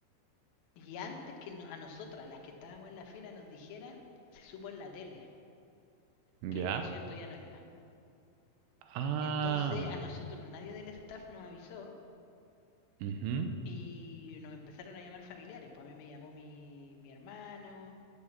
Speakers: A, on the left; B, on the right.
A: Y antes que no- a nosotras, las que estábamos en la fila, nos dijeran, se supo en la tele
B: ¿Ya?
A: que el concierto ya no iba.
B: Ah,
A: Entonces a nosotros nadie del staff nos avisó
B: mhm
A: y nos empezaron a llamar familiares. Pues a mí me llamó mi, mi hermano,